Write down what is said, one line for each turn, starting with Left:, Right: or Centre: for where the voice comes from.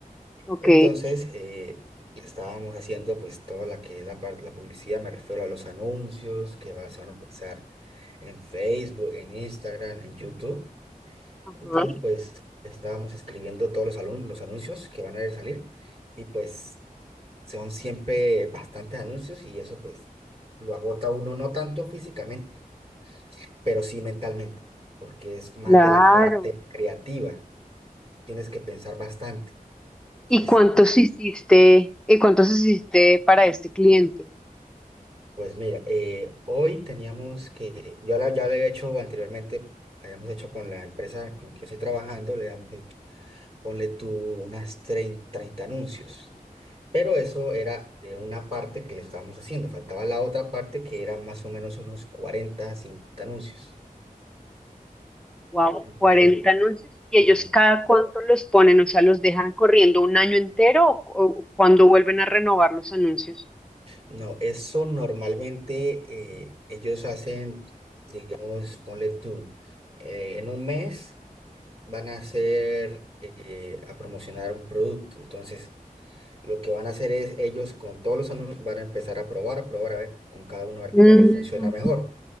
Centre: Ok.
Right: Entonces, eh, le estábamos haciendo pues toda la que es la, par- la publicidad, me refiero a los anuncios que vas a utilizar en Facebook, en Instagram, en YouTube.
Centre: Ajá,
Right: Entonces, pues estábamos escribiendo todos los, alun- los anuncios que van a salir y pues son siempre bastantes anuncios y eso pues lo agota a uno no tanto físicamente, pero sí mentalmente, porque es más
Centre: Claro.
Right: de la parte creativa, tienes que pensar bastante. Entonces,
Centre: ¿Y cuántos hiciste? ¿Y cuántos hiciste para este cliente?
Right: pues mira, eh, hoy teníamos que, yo la- ya lo he hecho anteriormente, habíamos hecho con la empresa con la que yo estoy trabajando, le habíamos hecho, ponle tú unas 30, 30 anuncios. Pero eso era de una parte que le estábamos haciendo. Faltaba la otra parte que eran más o menos unos 40 50 anuncios.
Centre: Wow,
Right: Entonces,
Centre: Cuarenta anuncios. ¿Y
Right: sí.
Centre: ellos cada cuánto los ponen? O sea, ¿los dejan corriendo un año entero o, o cuando vuelven a renovar los anuncios?
Right: No, eso normalmente eh, ellos hacen, digamos, ponle tú, eh, en un mes van a hacer, eh, a promocionar un producto. Entonces, Lo que van a hacer es ellos con todos los alumnos van a empezar a probar, a probar a ver con cada uno a ver
Centre: Mm,
Right: cuál les funciona mejor.